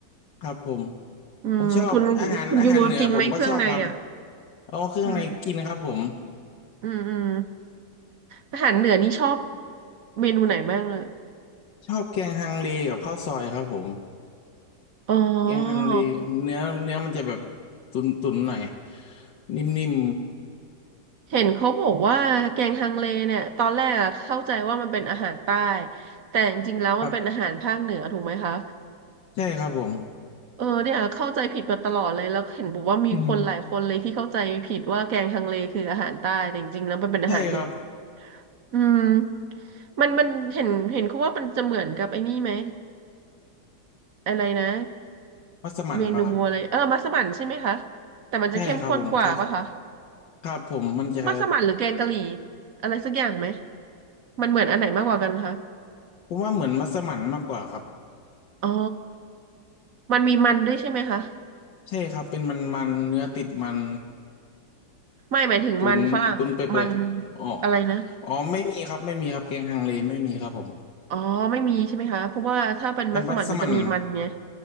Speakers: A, on the left (about 80°); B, on the right (about 55°).
A: ครับผม
B: อืมคุณคุณยูกินไหมเครื่องในอ่ะ
A: ผมชอบอาหารอาหารเหนือผมก็ชอบครับเอาเครื่องในกินครับผม
B: อืมอืมอืมอาหารเหนือนี่ชอบเมนูไหนบ้างอ่ะ
A: ชอบแกงฮังเลกับข้าวซอยครับผม
B: อ๋อ
A: เกียงฮังดีเนื้อเนื้อมันจะแบบตุนตุนหน่อยนิ่ม
B: เห็นเขาบอกว่าแกงฮังเลเนี่ยตอนแรกอะเข้าใจว่ามันเป็นอาหารใต้แต่จริงๆแล้วมันเป็นอาหารภาคเหนือถูกไหมคะ
A: ๆครับใช่ครับผม
B: เออเนี่ยเข้าใจผิดมาตลอดเลยแล้วเห็นบอกว่ามีคนหลายคนเลยที่เข้าใจผิดว่าแกงฮังเลคืออาหารใต้แต่จริงๆแล้วมันเป็นอาหารเหนือ
A: อืมใช่ครับ
B: อืมมันมันเห็นเห็นเขาว่ามันจะเหมือนกับไอ้นี่ไหมอะไรนะ
A: มัสมั่นปะครับ
B: เมนูอะไรเออมัสมั่นใช่ไหมคะแต่มันจะเข้มข้นกว่าปะคะ
A: ใช่ครับผมใช่ครับผมมันจะ
B: มัสมั่นหรือแกงกะหรี่อะไรสักอย่างไหมมันเหมือนอันไหนมากกว่ากันคะ
A: ผมว่าเหมือนมัสมั่นมากกว่าครับ
B: อ๋อมันมีมันด้วยใช่ไหมคะ
A: ใช่ครับเป็นมันมันเนื้อติดมัน
B: ไม่หมายถึงมันฝรั่งอะมัน
A: ตุนตุนเปื่อยๆอ๋อ
B: อะไรนะ
A: อ๋อไม่มีครับไม่มีครับเกียงฮังเลไม่มีครับผม
B: อ๋อไม่มีใช่ไหมคะเพราะว่าถ้าเป็นมัสมั่นมันจะมีมันไง
A: แต่มัสมั่น